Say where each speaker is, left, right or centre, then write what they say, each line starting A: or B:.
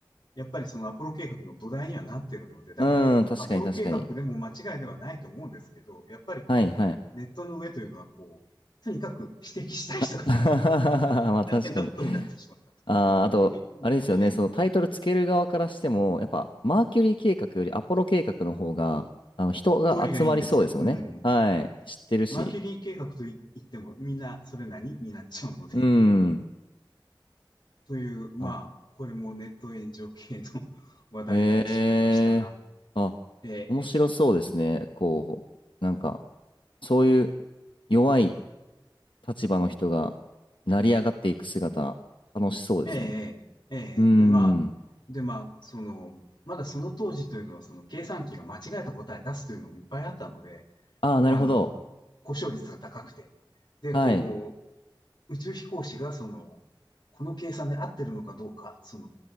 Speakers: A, on the left (about 60°); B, on the left (about 80°).
A: やっぱりそのアポロ計画の土台にはなってるので、だからアポロ計画でも間違いではないと思うんですけど、
B: うーん、確かに確かに。
A: やっぱりこう、
B: はいはい。
A: ネットの上というのはこう、とにかく指摘したい人がいっぱい
B: <laughs> まあ確かに。
A: 大変なことになってしまった。
B: あー、あと、
A: でけええ
B: あれですよね、そのタイトルつける側からしても、やっぱマーキュリー計画よりアポロ計画の方が、あの人が集まりそうですもんね。
A: 通りがいいんですよ。うん。
B: はい。知ってるし。
A: マーキュリー計画と言っても、みんなそれ何になっちゃうので。<laughs>
B: うん。
A: という、まあ、
B: あ、
A: これもネット炎上系の <laughs> 話題になってしまいましたが、
B: へえ。あ、
A: え
B: 面白そうですね。こう、なんか、そういう弱い立場の人が成り上がっていく姿、楽しそうですね。
A: ー、えー、えー、えーで、
B: うん。
A: まあ、で、まあ、その、まだその当時というのは、その計算機が間違えた答え出すというのもいっぱいあったので、
B: ああ、なるほど。
A: あの、故障率が高くて、で、
B: はい。
A: こう、宇宙飛行士がその、この計算で合ってるのかどうか、その、